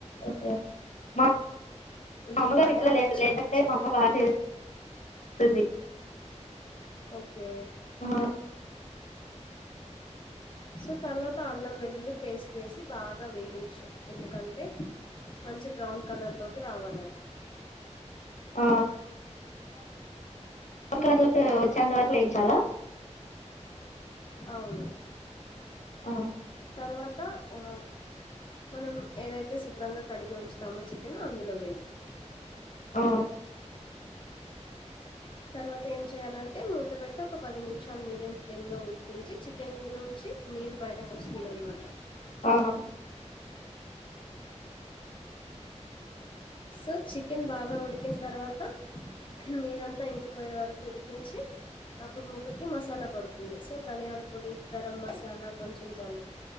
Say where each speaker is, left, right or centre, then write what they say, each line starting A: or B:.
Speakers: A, on the left; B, on the left.
A: ఓకే మా
B: ఉల్లిపాయ
A: మా అమ్మగారు ఇంట్లో లే
B: పచ్చిమిర్చి
A: లేదంటే మా అమ్మ బాగ్ చెస్. అది.
B: ఓకే.
A: ఆ
B: సొ తర్వాత అల్లం వెల్లుల్లి పేస్ట్ వేసి బాగా వేయించు ఎందుకంటే. మంచి బ్రౌన్ కలర్ లొకి రావాలది
A: ఆ బ్రౌన్ కలర్ లొకి వొచ్చేంత వరకు వేయించాలా
B: అవును
A: ఆ
B: తర్వాత ఆ మనం ఏదైతే శుభ్రంగా కడిగి ఉంచుతామో చికెను అందులో వేయి
A: ఆహ్
B: తర్వాత ఏం చేయ్యాలంటే మూత పెట్టి ఒక పది నిమిషాలు మీడియం ఫ్లేమ్ లొ ఉడికించి చికెన్ నుంచి నీరు బయటకోస్తుందనమాట
A: ఆహ్
B: సో చికెన్ బాగా ఉడికిన తర్వాత నీరంతా ఇంకిపోయేవరకు ఉడికించి అప్పుడు ముక్కకి మసాలా పడుతుంది సో ధనియాల పొడి గరం మసాలా కొంచెం జల్లు